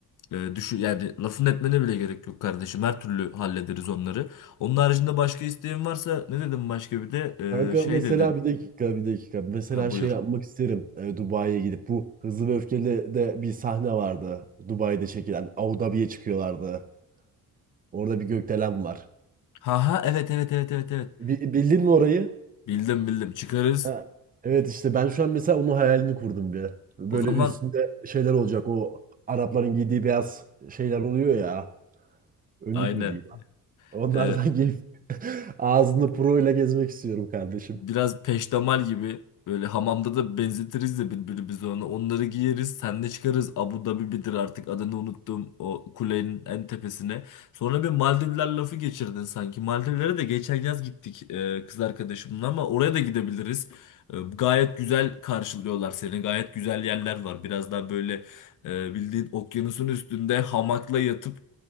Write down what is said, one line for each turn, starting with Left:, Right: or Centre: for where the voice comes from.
Left: e, düşün yani lafın etmene bile gerek yok kardeşim. Her türlü hallederiz onları. Onun haricinde başka isteğin varsa ne dedim başka bir de
Right: Kanka
Left: Ee, şey
Right: mesela
Left: dedin.
Right: bir dakika bir dakika. Mesela
Left: Ha buyur.
Right: şey yapmak isterim e, Dubai'ye gidip. Bu Hızlı ve Öfkeli de bir sahne vardı. Dubai'de çekilen. Abu Dhabi'ye çıkıyorlardı. Orada bir gökdelen var.
Left: Ha ha evet evet evet evet evet.
Right: Bi- bildin mi orayı?
Left: Bildim bildim çıkarız.
Right: Ha. Evet işte ben şu an mesela onun hayalini kurdum bir. Böyle
Left: O zaman
Right: üstünde şeyler olacak. O Arapların giydiği beyaz şeyler oluyor ya. Önlük
Left: aynen.
Right: mü diyeyim? Onlardan
Left: Ee,
Right: giyip <laughs> ağzında pro ile gezmek istiyorum kardeşim.
Left: biraz peştemal gibi böyle hamamda da benzetiriz de birbirimize onu. Onları giyeriz, senle çıkarız. Abu Dhabi bidir artık adını unuttum o kulenin en tepesine. Sonra bir Maldivler lafı geçirdin sanki. Maldivlere de geçen yaz gittik e, kız arkadaşımla ama oraya da gidebiliriz. E, gayet güzel karşılıyorlar seni. Gayet güzel yerler var. Biraz daha böyle e, bildiğin okyanusun üstünde hamakla yatıp